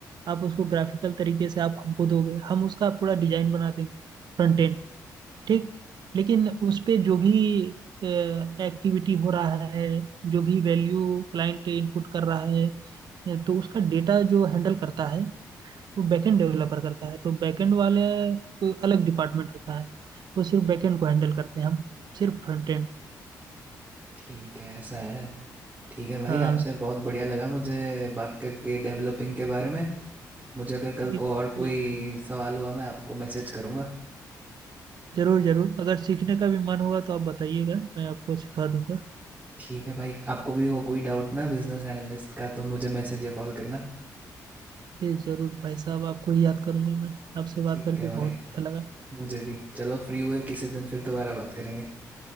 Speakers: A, on the right (about 55°); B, on the right (about 20°).
A: आप उसको ग्राफिकल तरीके से आप हमको दोगे हम उसका पूरा डिजाइन बना देंगे फ्रंट एंड ठीक लेकिन उस पे जो भी एक्टिविटी हो रहा है जो भी वैल्यू क्लाइंट इनपुट कर रहा है अ, तो उसका डेटा जो हैंडल करता है वो बैकएंड डेवलपर करता है तो बैकएंड वाले कोई अलग डिपार्टमेंट होता है वो सिर्फ बैकएंड को हैंडल करते हैं हम सिर्फ फ्रंट एंड
B: ठीक है ऐसा है ठीक है भाई
A: हाँ
B: आपसे बहुत बढ़िया लगा मुझे बात करके डेवलपिंग के बारे में मुझे अगर
A: ठीक
B: कल को और
A: कोई
B: कोई
A: दिक्कत नहीं।
B: सवाल हुआ मैं आपको मैसेज करूँगा
A: जरूर जरूर अगर सीखने का भी मन होगा तो आप बताइएगा मैं आपको सिखा दूंगा
B: ठीक है भाई आपको भी हो कोई डाउट ना बिजनेस एनालिस्ट का तो मुझे मैसेज या कॉल करना
A: जी जरूर भाई साहब आपको ही याद करूंगा मैं आपसे बात
B: ठीक
A: करके
B: है भाई
A: बहुत अच्छा लगा
B: मुझे भी चलो फ्री हुए किसी दिन फिर दोबारा बात करेंगे